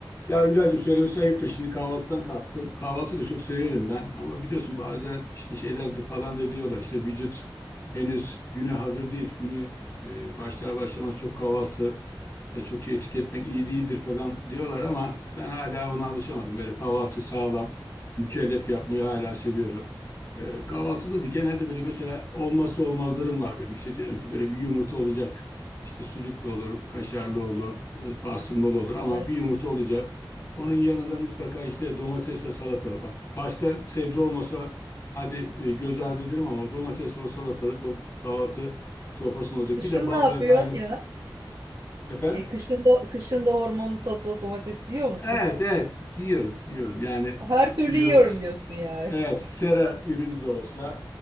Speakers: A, on the left; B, on the right.
A: Ya Hülya'cığım söylemesi ayıptır. Şimdi kahvaltıdan kalktım. Kahvaltıyı da çok severim ben. Ama biliyorsun bazen işte şeyler de falan da diyorlar. İşte vücut henüz güne hazır değil. Günü e, başlar başlamaz çok kahvaltı da çok şey tüketmek iyi değildir falan diyorlar ama ben hala ona alışamadım. Böyle kahvaltı sağlam, mükellef yapmayı hala seviyorum. Ee, kahvaltıda da genelde böyle mesela olmazsa olmazlarım var benim. İşte diyorum ki böyle bir yumurta olacak. İşte sucuklu olur, kaşarlı olur, e, pastırmalı olur ama
B: Ay.
A: bir yumurta olacak. Onun yanında mutlaka işte domatesle salata. Bak başka sebze olmasa hadi e, göz ardı ederim ama o domatesle o salatalık o kahvaltı sofrasında olacak.
B: Kışın
A: Bir de bal
B: ne yapıyorsun
A: ve kaymak
B: ya?
A: efendim.
B: E, kışın da, kışın da hormonlu salatalık domates yiyor musun?
A: Evet, evet. Yiyorum, yiyorum. Yani
B: <laughs> Her türlü
A: şimdi
B: yiyorum
A: o s-
B: diyorsun yani.
A: evet, sera ürünü de olsa,